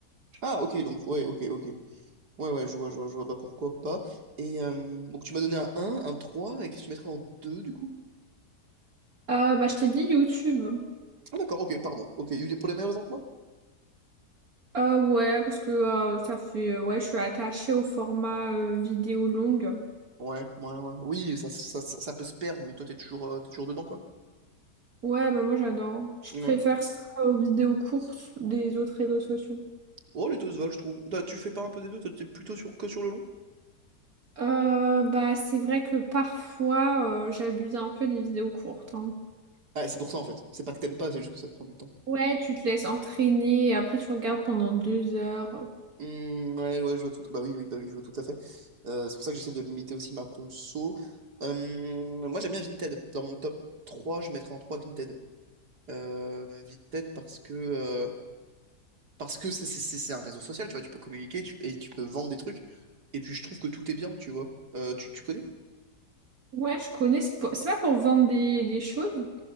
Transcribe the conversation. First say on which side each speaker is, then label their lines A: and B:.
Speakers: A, on the right; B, on the right.
A: Genre.
B: Ah, ok, donc, ouais, ok, ok. Ouais, ouais, je vois, je vois, je vois. Bah pourquoi pas. Et euh, donc tu m'as donné un 1, un 3 et qu'est-ce que tu mettrais en 2 du coup?
A: Euh, bah, je t'ai dit YouTube.
B: Ah, d'accord, ok, pardon. Ok, pour les meilleures raisons que moi?
A: Euh, ouais, parce que euh, ça fait. euh, ouais, je suis attachée au format euh, vidéo longue.
B: Ouais, ouais, ouais. Oui, ça, ça, ça, ça peut se perdre, mais toi, t'es toujours, euh, t'es toujours dedans, quoi.
A: Ouais, bah moi j'adore. Je
B: Ouais.
A: préfère ça aux vidéos courtes des autres réseaux sociaux.
B: Oh, les deux se valent, je trouve. Toi, tu fais pas un peu des deux, toi, t'es plutôt sur, que sur le long?
A: Euh, bah c'est vrai que parfois euh, j'abuse un peu des vidéos courtes. hein.
B: Ah, c'est pour ça, en fait. C'est pas que t'aimes pas, c'est juste que ça te prend du temps.
A: Ouais, tu te laisses entraîner et après tu regardes pendant deux heures.
B: Hmm, ouais, ouais, je vois tout. Bah oui, oui, bah oui, je vois tout à fait. Euh, c'est pour ça que j'essaie de limiter aussi ma conso. Euh, moi, j'aime bien Vinted. Dans mon top 3, je mettrais en 3 Vinted. Euh, Vinted parce que, euh, parce que c'est c'est- c'est- c'est un réseau social, tu vois. Tu peux communiquer tu- et tu peux vendre des trucs. Et puis, je trouve que tout est bien, tu vois. Euh, tu, tu connais?
A: Ouais, je connais. C'est pour- c'est pas pour vendre des, des choses.